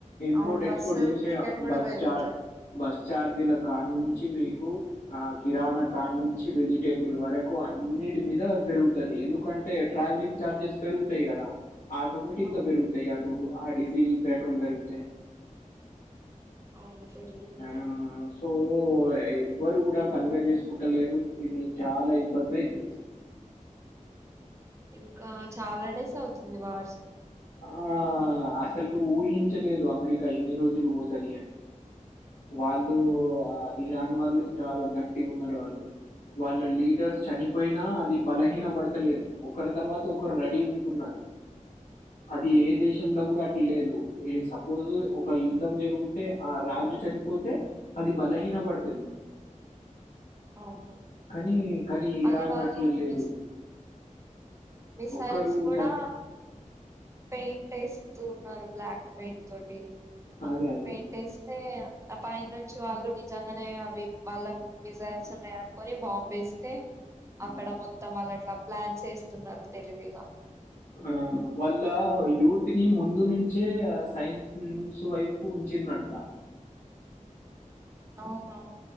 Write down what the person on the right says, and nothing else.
అవును
బస్సు
టికెట్ కూడా
పెరుగుతది
అవును
అవును పెరిగిపోతది
ఇంకా చాలా డేస్ అవుతుంది వా
అవును
మళ్ళీ వాళ్ళు
మిస్ మిసైల్స్
కూడా
పెయింట్ వేస్తూ ఉన్నారు బ్లాక్ పెయింట్ తోటి
పెయింట్ వేస్తే అపాయం వాళ్ళు నిజంగానే అవి వాళ్ళ మిజైల్స్ ఉన్నాయి అనుకొని బాంబు వేస్తే
అక్కడ మొత్తం వాళ్ళ అట్లా ప్లాన్ వేస్తున్నారు తెలివిగా
అవునవును